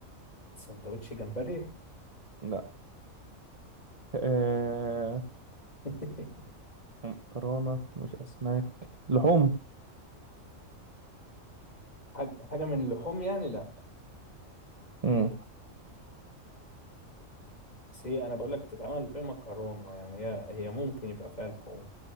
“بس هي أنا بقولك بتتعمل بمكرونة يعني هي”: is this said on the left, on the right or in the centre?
Left